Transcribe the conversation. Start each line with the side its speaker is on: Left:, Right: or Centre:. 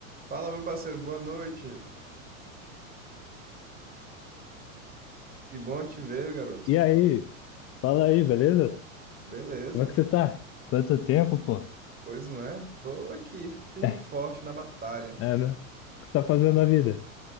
Right: Fala, meu parceiro, boa noite. Que bom te ver, garoto.
Left: E aí, fala aí, beleza?
Right: Beleza?
Left: Como é que você tá? Quanto tempo, pô?
Right: Pois não é? Tô aqui, firme
Left: É,
Right: e forte na batalha.
Left: é, né? O que você tá fazendo na vida?